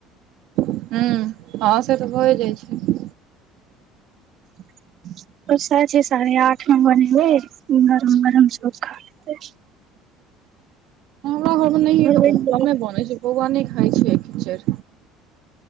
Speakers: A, on the right; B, on the right.
A: हू हँ से तऽ भए जाय छैय।
B: <inaudible> ओ सांझे साढ़े आठ मे बनेबै नरम नरम चोखा। <unintelligible>
A: अब नहिये
B: बनि
A: उ
B: गेलौ
A: कमे बनय छैय बौआ नहिये खाय छैय खिचैड़।